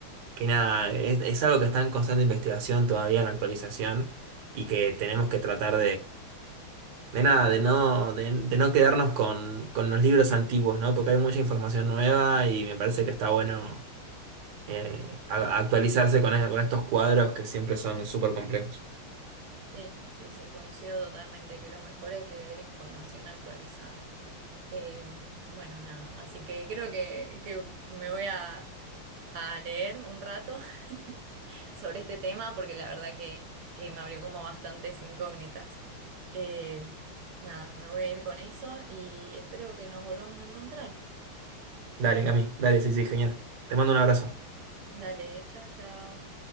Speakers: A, on the right; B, on the right.
A: que nada, es, es algo que está en constante investigación, todavía en actualización, y que tenemos que tratar de nada, de no, de, de no quedarnos con, con los libros antiguos, ¿no? Porque hay mucha información nueva y me parece que está bueno eh, a- actualizarse con, e- con estos cuadros que siempre son súper complejos.
B: Sí, sí, sí, coincido totalmente que lo mejor es leer información actualizada. Eh, bueno, nada, así que creo que, que me voy a, a leer un rato <laughs> sobre este tema porque la verdad que, que me abrió como bastantes incógnitas. Eh, nada, me voy a ir con eso y espero que nos volvamos a encontrar.
A: Dale, Cami, dale, sí, sí, genial. Te mando un abrazo.
B: Dale, chao, chao.